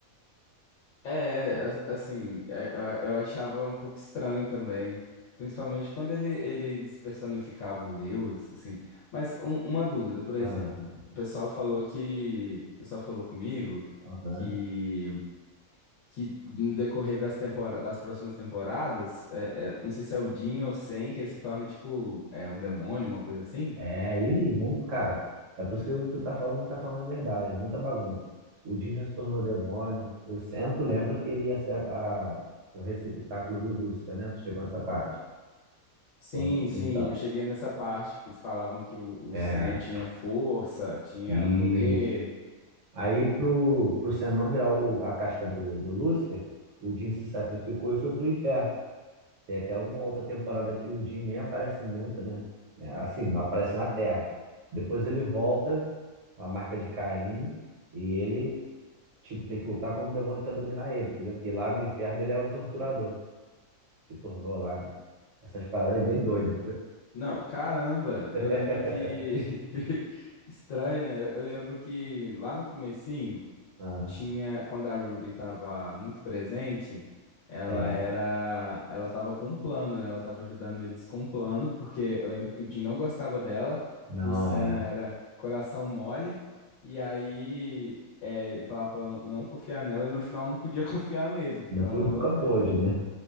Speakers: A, on the left; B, on the right.
A: É, as- assim, é, eu eu achava um pouco estranho também, principalmente quando ele, eles personificavam Deus, assim. Mas um- uma dúvida, por exemplo,
B: Ah,
A: o pessoal falou que, o pessoal falou comigo
B: aham.
A: que, que no decorrer das temporadas, das próximas temporadas, é, é, não sei se é o Jin ou o Sen, que ele se torna tipo é, um demônio, uma coisa assim.
B: É, aí, bom, cara, é por isso que tu tá falando, tá falando a verdade, é muita bagunça. O Jin já se tornou demônio. O Cento lembra que ele ia ser a, a- o receptáculo do Lúcifer, né? Tu chegou nessa parte.
A: Sim,
B: Quando-
A: sim,
B: Então,
A: eu cheguei nessa parte, porque eles falavam que o, o
B: é,
A: Sen tinha força, tinha
B: isso.
A: poder.
B: Aí, pro, pro Sen não virar o- a casca do, do Lúcifer, o Jin se sacrificou e foi pro inferno. Tem até uma outra temporada que o Jim nem aparece muito, né? É, assim, não aparece na Terra. Depois ele volta com a marca de Caim e ele, tipo, tem que lutar contra o demônio que quer dominar ele, entendeu? Porque lá no inferno ele era um torturador. Se tornou lá, né? Essas paradas aí bem doidas.
A: Não, caramba,
B: <laughs>
A: eu lembro que <laughs> estranho, né? Eu lembro que lá no comecinho
B: Ah,
A: tinha quando a Ruby estava muito presente, ela
B: é.
A: era, ela estava com um plano, né? Ela estava ajudando eles com um plano, porque eu lembro que o Jim não gostava dela,
B: Não,
A: o Sam
B: é.
A: era coração mole, e aí é, ele falava pra ela não não confiar nela e no final não podia <laughs> confiar mesmo, que
B: Não
A: ela
B: pude,
A: estava
B: nunca pôde, né?